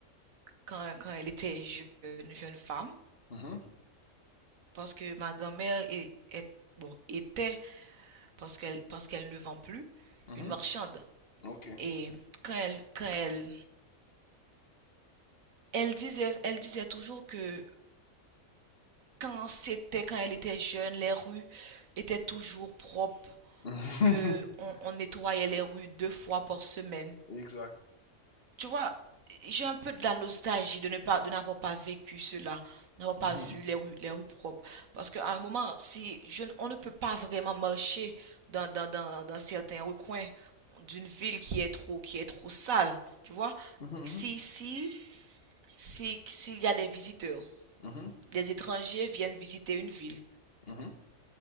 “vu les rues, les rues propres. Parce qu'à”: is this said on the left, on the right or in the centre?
Right